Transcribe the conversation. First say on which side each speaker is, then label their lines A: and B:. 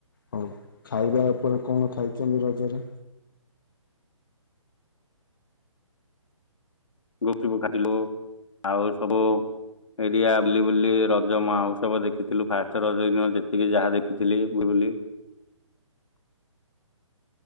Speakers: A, on the left (about 40°); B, on the left (about 70°).
A: ହଁ ଖାଇବା ଉପରେ କଣ ଖାଇଛନ୍ତି ରଜରେ?
B: <unintelligible> କାଟିଲୁ ଆଉ ସବୁ ଏରିଆ ବୁଲି ବୁଲି ରଜ ମହୋତ୍ସବ ଦେଖିଥିଲୁ ଫାଷ୍ଟ ରଜ ଦିନ ଯେତିକି ଯାହା ଦେଖିଥିଲି ବୁଲି ବୁଲି